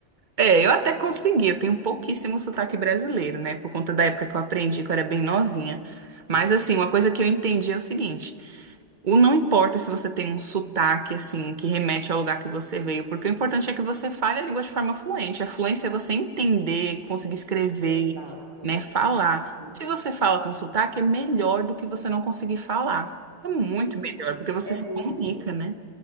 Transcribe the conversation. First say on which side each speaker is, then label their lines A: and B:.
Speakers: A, on the right; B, on the right.
A: É, eu até consegui, eu tenho pouquíssimo sotaque brasileiro, né? Por conta da época que eu aprendi, que eu era bem novinha. Mas, assim, uma coisa que eu entendi é o seguinte: o não importa se você tem um sotaque, assim, que remete ao lugar que você veio, porque o importante é que você fale a língua de forma fluente. A fluência é você entender, conseguir escrever,
B: Exato.
A: né? Falar.
B: Isso.
A: Se você fala com sotaque, é melhor do que você não conseguir falar. É muito
B: Sim,
A: melhor,
B: com-
A: porque você
B: é
A: se
B: muito.
A: comunica, né?